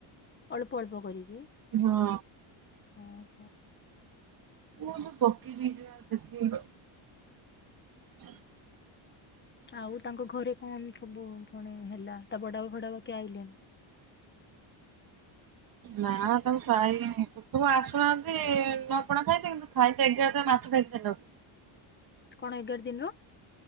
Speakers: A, on the left; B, on the right.
A: ଅଳ୍ପ ଅଳ୍ପ କରିକି।
B: ହଁ।
A: ଓହୋ
B: ମୁ ସଖି ସେ <inaudible>
A: ଆଉ ତାଙ୍କ ଘରେ କଣ ସବୁ ପୁଣି ହେଲା ତା ବଡାବାବା ଫଡାବାବା କେହି ଆଇଲେନି।
B: ନା ତାକୁ ଖାଇ ତବୁ ଆସୁନାହାନ୍ତି ନ ପଣା ଖାଇଛି କିନ୍ତୁ ଖାଇତ ମାଛ ଖାଇଥା ନ
A: କଣ ଏଗାର ଦିନରୁ